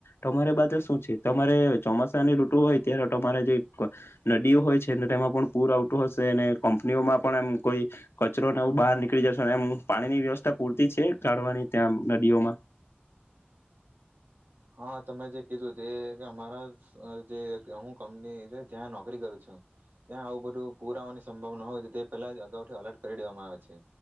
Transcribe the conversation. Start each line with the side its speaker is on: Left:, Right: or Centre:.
Left: તમારે બાજુ શું છે? તમારે ચોમાસાની ઋટુ હોય ત્યારે તમારે જે નદીઓ હોય છે અને તેમાં પણ પૂર આઉ તું હશે ને કંપનીઓમાં પણ એમ કોઈ કચરો ને એવું બહાર નીકળી જશે એમ પાણીની વ્યવસ્થા પૂરતી છે કાઢવાની ત્યાં નદીઓમાં?
Right: હા તમે જે કીધું તે કે અમારા અહ જે કે હું કંપની જ્યાં નોકરી કરું છું, ત્યાં આવું બધું પૂર આવવાની સંભાવના હોય તો તે પહેલા જ અગાઉ થી અલર્ટ કરી દેવામાં આવે છે.